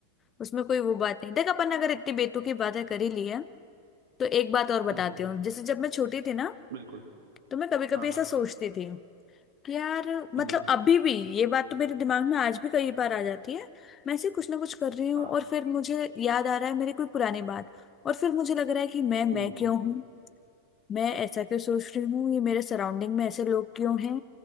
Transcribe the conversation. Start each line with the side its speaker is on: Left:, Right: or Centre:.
Left: उसमें कोई वो बात नहीं देख अपन अगर इतनी बेतुकी बातें कर ही ली है तो एक बात और बताती
Right: हम्म हम्म,
Left: हूँ जैसे जब मैं छोटी थी ना
Right: बिल्कुल
Left: तो मैं कभी कभी
Right: हाँ हाँ
Left: ऐसा सोचती थी यार मतलब
Right: हम्म
Left: अभी भी ये बात तो मेरे दिमाग में आज भी कई बार आ जाती है मैं ऐसे कुछ ना कुछ कर रही हूँ
Right: हाँ
Left: और फिर मुझे याद आ रहा है मेरी कोई पुरानी बात और फिर मुझे लग रहा है कि मैं
Right: हम्म
Left: मैं क्यों हूँ मैं ऐसा क्यों सोच रही हूँ ये मेरे सराउंडिंग में ऐसे लोग क्यों हैं